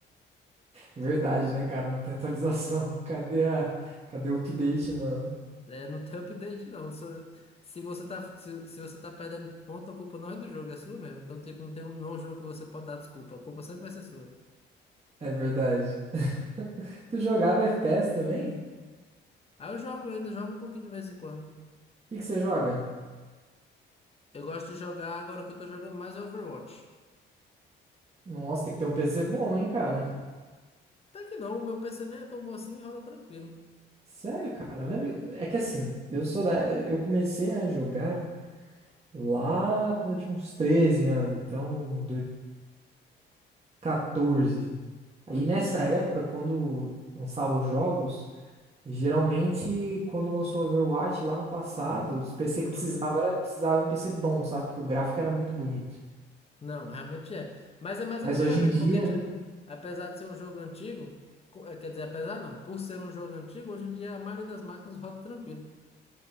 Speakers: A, on the right; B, on the left.
A: Verdade, né, cara? Não tem atualização. <laughs> Cadê a... Cadê o update, mano?
B: é, não tem <laughs> update não. Se, se você tá, se, se você tá perdendo ponto, a culpa não é do jogo, é sua mesmo. Então, tipo, não tem um, não é um jogo que você pode dar desculpa, a culpa sempre vai ser sua.
A: É verdade. <laughs> Tu jogava FPS também? O
B: Aí eu jogo eu ainda, jogo um pouquinho de vez em quando.
A: que que você joga?
B: Eu gosto de jogar, agora que eu tô jogando mais é Overwatch.
A: Nossa, tem que ter um PC bom, hein, cara?
B: Até que não, o meu PC nem é tão bom assim, rola tranquilo.
A: Sério, cara? Eu lembro... É que assim, eu sou da... Eu comecei a jogar lá quando eu tinha uns 13 anos. Então, 2014. Aí
B: Uhum,
A: nessa época, quando lançava os jogos, geralmente quando lançou o Overwatch lá no passado, os PC
B: uhum.
A: que precisava era precisava de um PC bom, sabe? Porque o gráfico era muito bonito.
B: Não, realmente é. Mas é mais antigamente,
A: Mas hoje em dia,
B: porque, tipo,
A: né?
B: apesar de ser um jogo antigo, co- eh, quer dizer, apesar não, por ser um jogo antigo, hoje em dia a maioria das máquinas <laughs> roda tranquilo.